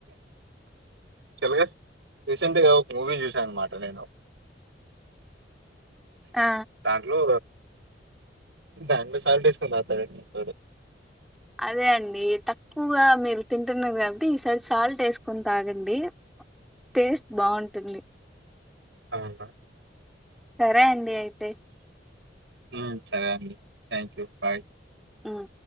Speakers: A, on the right (about 80°); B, in the centre.
A: చలగా రీసెంట్గా ఒక మూవీ చూసాను అనమాట నేను
B: ఆ
A: దాంట్లో దాంట్లో సాల్ట్ వేసుకుని తాగుతారా
B: అదే అండి తక్కు ఎక్కువగా మీరు తింటున్నారు కాబట్టి ఈసారి సాల్ట్ వేసుకొని తాగండి టేస్ట్ బాగుంటుంది
A: అవునుమా
B: సరే అండి అయితే
A: హ సరే అండి థ్యాంక్ యూ బాయ్
B: ఉమ్